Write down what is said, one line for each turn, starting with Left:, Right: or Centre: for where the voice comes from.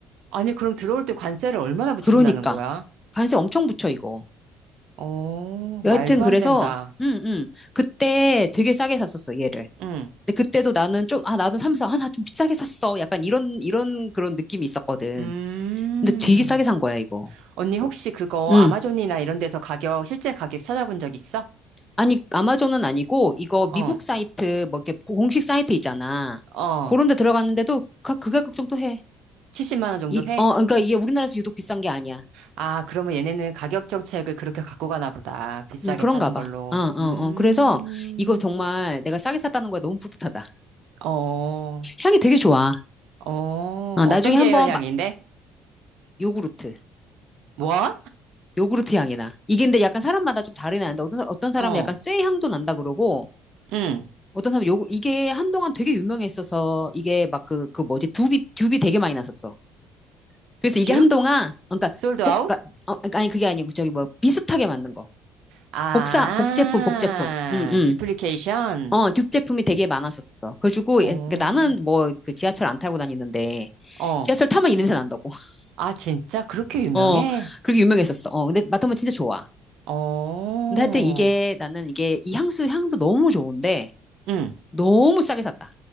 Right: 아니, 그럼 들어올 때 관세를 얼마나 붙인다는
Left: 그러니까.
Right: 거야?
Left: 관세 엄청 붙여, 이거.
Right: 어, 말도
Left: 여하튼 그래서
Right: 안 된다.
Left: 음, 음. 그때 되게 싸게 샀었어, 얘를.
Right: 응.
Left: 근데 그때도 나는 좀, 아, 나는 사면서, 아, 나 좀 비싸게 샀어. 약간 이런, 이런 그런 느낌이 있었거든.
Right: 음.
Left: 근데 되게 싸게 산 거야, 이거.
Right: 언니 혹시 그거
Left: 음.
Right: 아마존이나 이런 데서 가격, 실제 가격 찾아본 적 있어?
Left: 아니, 아마존은 아니고, 이거
Right: 어,
Left: 미국 사이트, 뭐 이렇게 공식 사이트 있잖아.
Right: 어.
Left: 그런 데 들어갔는데도 가, 그 가격 정도 해.
Right: 70만 원 정도
Left: 이,
Right: 해?
Left: 어, 그러니까 이게 우리나라에서 유독 비싼 게 아니야.
Right: 아, 그러면 얘네는 가격 정책을 그렇게 갖고 가나 보다. 비싸게
Left: 음, 그런가
Right: 파는
Left: 봐.
Right: 걸로.
Left: 어, 어,
Right: 음.
Left: 어. 그래서 이거 정말 내가 싸게 샀다는 거야. 너무 뿌듯하다.
Right: 어,
Left: 향이 되게 좋아.
Right: 어.
Left: 어, 나중에
Right: 어떤 계열
Left: 한번
Right: 향인데?
Left: 마- 요구르트.
Right: 뭐?
Left: 요구르트 향이 나. 이게 근데 약간 사람마다 좀 다르긴 한데 어떤 사- 어떤 사람은
Right: 어.
Left: 약간 쇠 향도 난다 그러고
Right: 응.
Left: 어떤 사람은 요구 이게 한동안 되게 유명했어서 이게 막 그 그 뭐지 듀비 듀비 되게 많이 났었어. 그래서
Right: 듀?
Left: 이게 한동안 어, 그러니까
Right: 솔드 아웃?
Left: 복그 어, 그러니까 아니 그게 아니고 저기 뭐 비슷하게 만든 거
Right: 아,
Left: 복사 복제품 복제품 음음
Right: 듀플리케이션?
Left: 어 듀제품이 되게 많았었어. 그래가지고
Right: 어.
Left: 예, 그러니까 나는 뭐 그 지하철 안 타고 다니는데
Right: 어,
Left: 지하철 타면 이 냄새 난다고. <laughs>
Right: 아, 진짜 그렇게 유명해?
Left: 어 그렇게 유명했었어. 어 근데 맡으면 진짜 좋아.
Right: 어,
Left: 근데 하여튼 이게 나는 이게 이 향수 향도 너무 좋은데
Right: 응,
Left: 너무 싸게 샀다.